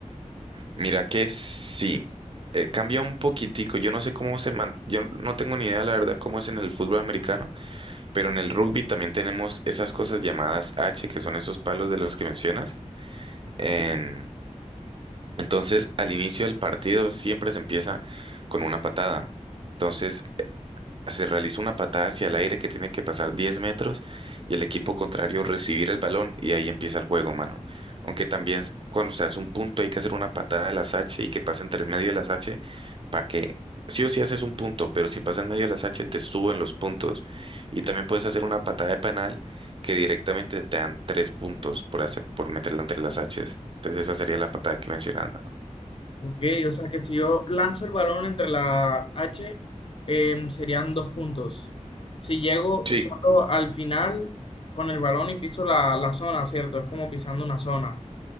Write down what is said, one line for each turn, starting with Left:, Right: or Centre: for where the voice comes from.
Right: Mira que sí. eh, cambia un poquitico. Yo no sé cómo se man... Yo no tengo ni idea, la verdad, cómo es en el fútbol americano Pero en el rugby también tenemos esas cosas llamadas H, que son esos palos de los que mencionas. Em,
Left: Sí.
Right: entonces, al inicio del partido siempre se empieza con una patada. Entonces, se realiza una patada hacia el aire que tiene que pasar 10 metros y el equipo contrario recibir el balón y ahí empieza el juego, mano. Aunque también s- cuando se hace un punto hay que hacer una patada de las H y que pase entre el medio de las H para que sí o sí haces un punto, pero si pasa en medio de las H te suben los puntos. Y también puedes hacer una patada de penal que directamente te dan tres puntos por hacer, por meterla entre las H. Entonces esa sería la patada que mencionas, mano.
Left: Ok, o sea que si yo lanzo el balón entre la H, eh, serían dos puntos. Si llego
Right: Sí.
Left: solo al final con el balón y piso la, la zona, ¿cierto? Es como pisando una zona.